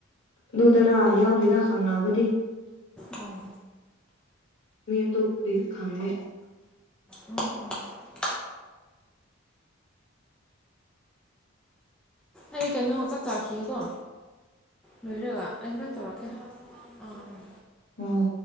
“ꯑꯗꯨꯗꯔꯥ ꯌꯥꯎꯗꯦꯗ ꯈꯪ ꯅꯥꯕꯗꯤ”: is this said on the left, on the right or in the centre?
Left